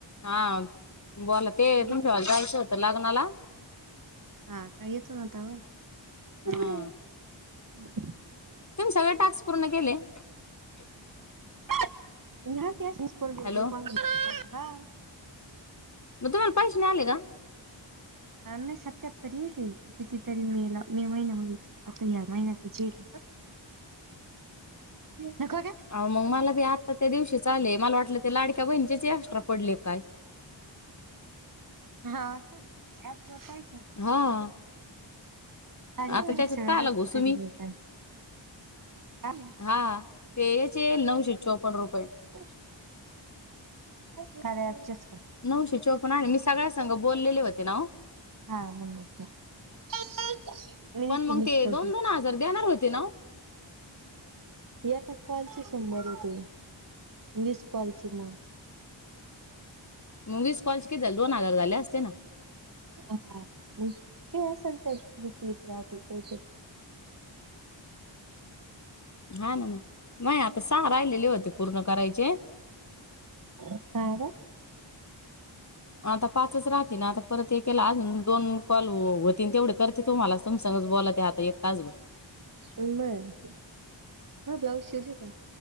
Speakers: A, on the left (about 35°); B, on the right (about 45°).
A: हा. बोला, ते
B: येत
A: तुमच्या जायचं होतं लग्नाला.
B: हा काही येत नवत व्हय.
A: हा
B: नाही
A: तुम्ही सगळे टास्क पूर्ण <inaudible>
B: <unintelligible> कोन बी येऊदे
A: हॅलो
B: उपास हा
A: मग तुम्हाला पैसे नाही आले का?
B: नाही सत्याहत्तर येईल की कितीतरी मे ला मे महिन्या मधे आता या महिन्यातच येईल. नको का?
A: आव मग मला बी आत्ता त्या दिवशीच आले. मला वाटलं ते लाडक्या बहिणीचेच एक्स्ट्रा पडले काय?
B: हा का? वर कायच
A: हा आ
B: तारीख
A: आता
B: बिरीख
A: त्याच्यात
B: सगळं
A: कायला
B: राहते
A: घुसु
B: कधी
A: मी
B: नाही काय
A: हा ते याचे येल नऊश चे चोपण रुपये
B: <unintelligible> कार्याचेच
A: नऊशे चोपन आहे मी सगळ्या संग बोललेले व्हते. होते ना ओ
B: हा म्हणूनच की मी
A: पण
B: देते
A: मग
B: मिस
A: ते
B: कॉल
A: दोन
B: मग
A: दोन हजार देणार होते ना
B: एका कॉल चे शंभर होते वीस कॉलचे मग
A: म वीस कॉलचे किती झाले दोन हजार झाले असते ना
B: हा हा मग काय तरी असल त्रुटी बिती
A: हा ना मग नाय आता सहा राहिलेले होते पूर्ण करायचे.
B: हा का?
A: आता पाचच राहतीन आता परत हे केला अजून. दोन कॉल होत. तीन तेवढे करते तुम्हाला तुमासंगच बोलायचं आता एक तासभर
B: बर मग माहे ब्लाऊज शिवले का?